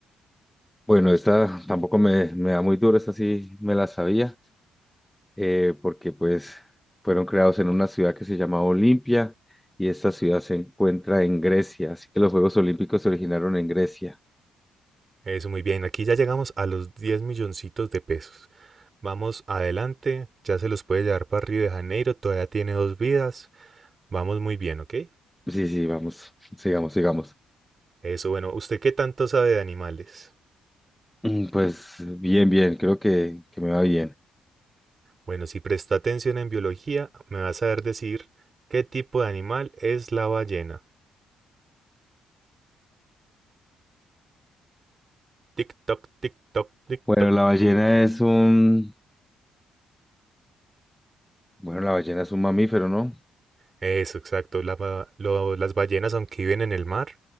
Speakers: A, in the centre; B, on the right (about 35°).
A: Bueno, esta tampoco me, me da muy duro, esta sí me la sabía. eh, porque pues fueron creados en una ciudad que se llamaba Olimpia y esta ciudad se encuentra en Grecia, así que los Juegos Olímpicos se originaron en Grecia.
B: Eso, muy bien. Aquí ya llegamos a los 10 milloncitos de pesos. Vamos adelante. Ya se los puede llevar para Río de Janeiro. Todavía tiene dos vidas. Vamos muy bien, ¿ok?
A: Sí, sí, vamos, sigamos, sigamos.
B: Eso, bueno. ¿Usted qué tanto sabe de animales?
A: Mm, Pues bien, bien, creo que, que me va bien.
B: Bueno, si presta atención en biología, me va a saber decir qué tipo de animal es la ballena. Tic-toc, tic-toc, tic-toc.
A: Bueno, la ballena es un, bueno, la ballena es un mamífero, ¿no?
B: Eso, exacto. La lo- las ballenas, aunque viven en el mar,